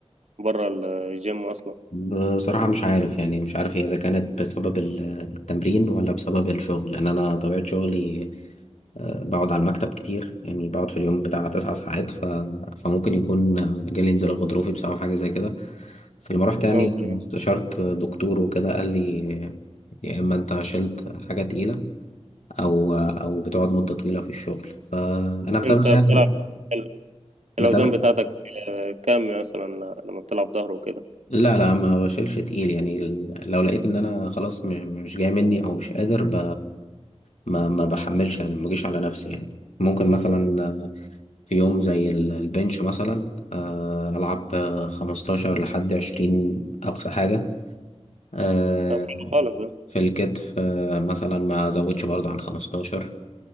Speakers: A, on the right; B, on the left.
A: بره الجيم أصلا
B: بصراحة مش عارف يعني مش عارف هي إذا كانت بسبب ال- التمرين ولا بسبب الشغل لأن أنا طبيعة شغلي آه، بقعد على المكتب كتير يعني بقعد في اليوم بتاع تسع ساعات ف... فممكن يكون آه، جالي انزلاق غضروفي بسبب حاجة زي كده بس لما رحت مم.
A: ممكن
B: يعني
A: اه.
B: استشرت دكتور وكده قال لي يا إما أنت شلت حاجة تقيلة أو أو بتقعد مدة طويلة في الشغل فأنا متابع
A: انت بتلعب
B: يعني
A: ال-
B: متابع
A: الأوزان بتاعتك آه، كام مثلا ل- لما بتلعب ظهر وكده
B: لا لا ما بشيلش تقيل يعني ال- لو لقيت ان انا خلاص م- مش جاي مني او مش قادر ب... ما ما بحملش يعني ما بجيش على نفسي يعني ممكن مثلا في يوم زي ال- البنش مثلا آه، العب آه، 15 لحد 20 اقصى حاجة آه،
A: طب حلو خالص ده
B: في الكتف آه، مثلا ما ازودش برضو عن 15